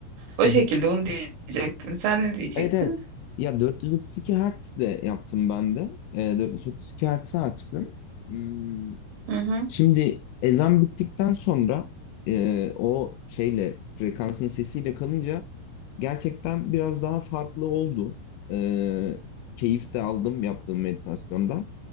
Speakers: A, on the right; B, on the left.
A: O
B: hı.
A: şekilde onu diyecektin. Sen ne diyecektin?
B: Evet evet. Ya 432 Hz de yaptım ben de. Ee, 432 Hz'i açtım. Hmm,
A: Hı hı.
B: Şimdi ezan bittikten sonra e, o şeyle frekansın sesiyle kalınca gerçekten biraz daha farklı oldu. Ee, keyif de aldım yaptığım meditasyondan.